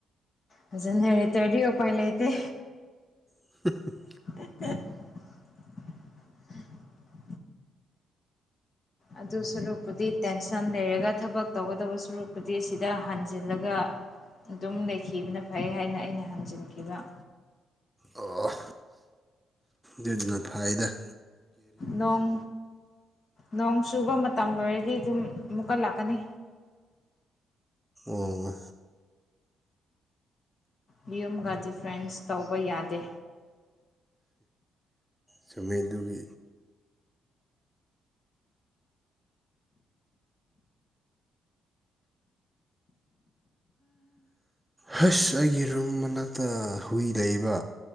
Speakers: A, on the left; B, in the centre.
A: ꯐꯖꯅ ꯍꯔꯦꯇ꯭ꯔꯗꯤ ꯎꯄꯥꯏ ꯂꯩꯇꯦ
B: <unintelligible>
A: <unintelligible> ꯑꯗꯨ ꯁꯨꯔꯨꯛꯄꯨꯗꯤ ꯇꯦꯟꯁꯟ ꯂꯩꯔꯒ ꯊꯕꯛ ꯇꯧꯒꯗꯕ ꯁꯨꯔꯨꯞꯄꯨꯗꯤ ꯁꯤꯗ ꯍꯟꯖꯤꯜꯂꯒ ꯑꯗꯨꯝ ꯂꯩꯈꯤꯕꯅ ꯐꯩ ꯍꯥꯏꯅ ꯑꯩꯅ ꯍꯟꯖꯤꯟꯈꯤꯕ
B: ꯑ‌ꯣ ꯗꯤꯟꯅ ꯐꯥꯢꯗ
A: ꯅꯣꯡ ꯅꯣꯡ ꯆꯨꯕ ꯃꯇꯝ ꯂꯣꯏꯔꯗꯤ ꯑꯗꯨꯝ ꯑꯃꯨꯛꯀꯠ ꯂꯥꯛꯀꯅꯤ
B: ꯎꯡ
A: ꯃꯤꯌꯨꯝꯒ ꯗꯤꯐ꯭ꯔꯦꯟꯁ ꯇꯧꯕ ꯌꯥꯗꯦ
B: ꯆꯨꯝꯃꯦꯗꯨꯒꯤ ꯍꯁ ꯑꯩꯒꯤ ꯔꯨꯝ ꯃꯅꯥꯛꯇ ꯍꯨꯏ ꯂꯩꯕ